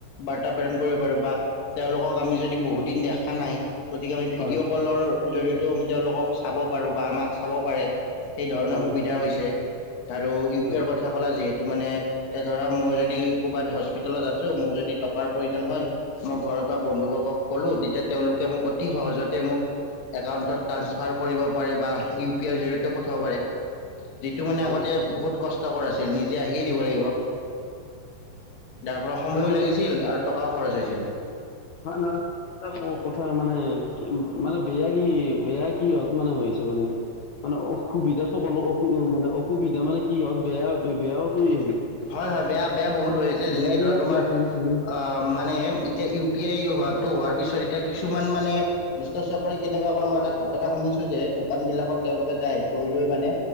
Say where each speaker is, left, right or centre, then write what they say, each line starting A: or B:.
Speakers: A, on the left; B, on the left.
A: বাৰ্তা প্ৰেৰণ কৰিব পাৰোঁ, বা তেওঁলোকক আমি যদি বহুত দিন দেখা নাই গতিকে আমি ভিডিঅ'
B: হয়
A: কলৰ জৰিয়তেওঁ আমি তেওঁলোকক চাব পাৰোঁ বা আমাক চাব পাৰে। সেই ধৰণৰ
B: হয়
A: সুবিধা
B: হয় হয়
A: হৈছে আৰু ইউ পি
B: হয়
A: আইৰ কথা ক'লা যিহে তো মানে এতিয়া ধৰা মই যদি ক'ৰবাত হস্পিটেলত আছোঁ, মোক যদি টকাৰ প্ৰয়োজন হয় মই ঘৰত বা বন্ধুবৰ্গক কলো, তেতিয়া তেওঁলোকে মোক অতি সহজতে মোক একাউণ্টত ট্ৰান্সফাৰ কৰিব পাৰে বা ইউ পি আইৰ জৰি পঠিয়াব পাৰে, যিটো মানে আগতে
B: হয়
A: বহুত কষ্টকৰ আছিল। <unintelligible> আহিয়ে দিব লাগিব। যাৰ ফলত সময়ো
B: আৰু
A: লাগিছিল আৰু টকাওঁ খৰচ হৈছিল।
B: <unintelligible> এটা কথা মানে, মানে বেয়া কি, বেয়া কিহত মানে হৈছে মানে, মানে অ', সুবিধাটো ক'লো, অস মানে অসুবিধা মানে কি হওঁক বেয়া বেয়াওটো হেৰি
A: হয়
B: অ
A: হয়, বেয়া-বেয়া বহুত হৈ আছে। যেনেকে
B: বেয়াবিলাক
A: ধৰা তোমাৰ
B: কোৱাচোন তুমি
A: অ', মানে এতিয়া ইউ পি আই হোৱাটো হোৱাৰ পিছত এতিয়া কিছুমান মানে, দুষ্টচক্ৰই কেনেকুৱা মই এটা ঘটনা শুনিছোঁ যে দোকান বিলাকত তেওঁলোকে যায়, গৈ লয় মানে